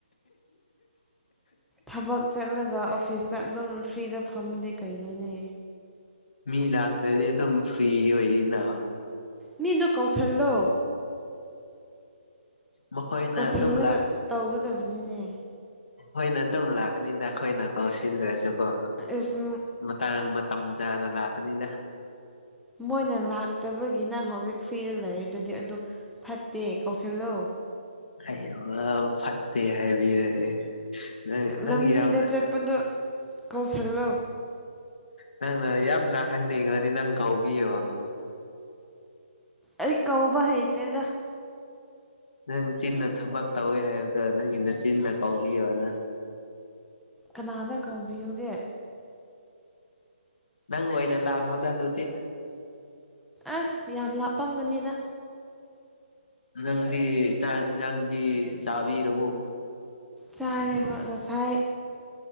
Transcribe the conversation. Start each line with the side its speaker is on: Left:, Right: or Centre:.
Centre: ꯊꯕꯛ ꯆꯠꯂꯒ ꯑꯣꯐꯤꯁꯇ ꯑꯗꯨꯝ ꯐ꯭ꯔꯤꯗ ꯐꯝꯕꯗꯤ ꯀꯩꯅꯣꯅꯦ
Left: ꯃꯤ ꯂꯥꯛꯇ꯭ꯔꯗꯤ ꯑꯗꯨꯝ ꯐ꯭ꯔꯤ ꯑꯣꯏꯔꯤꯅ
Centre: ꯃꯤ ꯏꯅꯣ ꯀꯧꯁꯂ ꯂ
Left: ꯃꯈꯣꯏꯅ
Centre: ꯀꯧꯁꯤꯜꯂꯒ
Left: ꯑꯗꯨꯝ ꯂꯥꯛ
Centre: ꯇꯧꯒꯗꯕꯅꯤꯅꯦ
Left: ꯍꯣꯏꯅ ꯑꯗꯨꯝ ꯂꯥꯛꯀꯅꯤꯗ ꯑꯩꯈꯣꯏꯅ ꯀꯧꯁꯤꯟꯗ꯭ꯔꯁꯨꯀꯣ
Centre: ꯑꯁ
Left: ꯃꯇꯥꯡ ꯃꯇꯝ ꯗ ꯂꯥꯛꯀꯅꯤꯗ
Centre: ꯃꯣꯏꯅ ꯂꯥꯛꯇꯕꯒꯤꯅ ꯍꯧꯖꯤꯛ ꯐ꯭ꯤꯗ ꯂꯩꯔꯤꯗꯨꯗꯤ ꯑꯗꯨ ꯐꯠꯇꯦ ꯀꯧꯁꯤꯜꯂꯣ
Left: ꯑꯩ ꯌꯥꯝ ꯐꯠꯇꯦ ꯍꯥꯏꯕꯤꯔꯛꯑꯦ ꯅꯪ ꯅꯪ
Centre: ꯂꯝꯕꯤꯗ
Left: ꯌꯥꯝꯅ
Centre: ꯆꯠꯄꯗꯣ ꯀꯧꯁꯤꯜꯂꯣ
Left: ꯅꯪꯅ ꯌꯥꯝ ꯂꯥꯛꯍꯟꯅꯤꯡꯉꯗꯤ ꯅꯪ ꯀꯥꯎꯕꯤꯌꯣ
Centre: ꯑꯩ ꯀꯧꯕ ꯍꯗꯦꯗ
Left: ꯅꯪ ꯆꯤꯟꯅ ꯊꯕꯛ ꯇꯧꯋꯦ ꯍꯥꯏꯕꯗ ꯅꯪꯒꯤꯅ ꯆꯤꯟꯅ ꯀꯧꯕꯥꯎꯤꯌꯣꯅ
Centre: ꯀꯅꯥꯗ ꯀꯧꯕꯤꯌꯨꯒꯦ
Left: ꯅꯪ ꯑꯣꯏꯣꯏꯅꯦꯂ ꯍꯣꯗ ꯑꯗꯨꯣꯗꯤ
Centre: ꯑꯁ ꯌꯥꯝ ꯂꯥꯞꯄꯝꯒꯅꯤꯅ
Left: ꯅꯪꯗꯤ ꯅꯪꯗꯤ ꯆꯥꯕꯤꯔꯕꯣ
Centre: ꯆꯥꯦ ꯍ ꯉꯁꯥꯏ